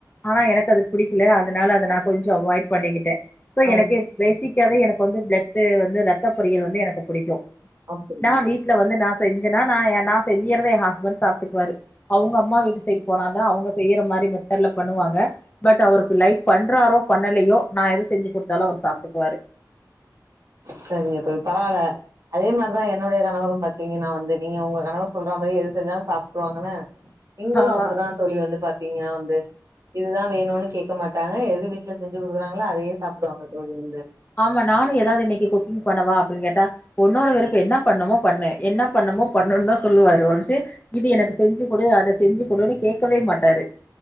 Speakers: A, on the left (about 25°); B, on the right (about 50°).
A: ஆனா எனக்கு அது புடிக்கல அதனால அத நா கொஞ்சோ அவாய்ட் பண்ணிக்கிட்டே சோ
B: ஆ
A: எனக்கு பேசிக்காவே எனக்கு வந்து பிளட் வந்து ரத்த பொரியல் வந்து எனக்கு புடிக்கோ
B: அப்டியா
A: நா வீட்டு்ல வந்து நா செஞ்ஜன்னா நா நா செய்யறத என் ஹஸ்பண்ட் சாப்ட்டுக்குவாரு அவங்க அம்மா வீட்டு சைட்டு போனாதா அவங்க செய்யற மாரி மெத்தட்ல பண்ணுவாங்க பட் அவருக்கு லைக் பண்றாரோ பண்ணலையோ நா எது செஞ்சு குடுத்தாலு அவர் சாப்ட்டுக்குவாரு
B: சரிங்க தோழி பரவால்ல அதே மாரி தா என்னனுடைய கணவரும் பாத்தீங்கன்னா வந்து நீங்க உங்க கணவர் சொல்ற மாரி எது செஞ்சாலு சாப்ட்ருவாங்க <unintelligible> இவங்களு
A: ஆமா
B: அப்டிதா தொழி வந்து பாத்தீங்க வந்து இதுதா வேணுன்னு கேட்க மாட்டாங்க எது வீட்டுல செஞ்சு குடுக்குறாங்ளோ அதயே சாப்பிடுவாங்க தோழி வந்து
A: ஆமா நானு ஏதாது இன்னிக்கி குக்கிங் பண்ணவா அப்டின்னு கேட்டா ஒன்னொரு விறுப்பு என்ன பண்ணமோ பன்னு என்ன பன்னமோ பன்னுன் தா சொல்லுவாரு ஒன்சிக் இது எனக்கு செஞ்சு குடு அத செஞ்சு குடுன்னு கேக்கவே மாட்டாரு